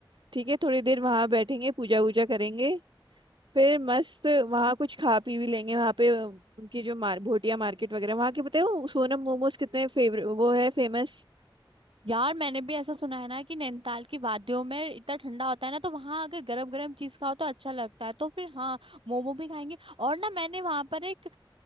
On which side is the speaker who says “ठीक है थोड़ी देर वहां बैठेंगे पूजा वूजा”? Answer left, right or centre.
Right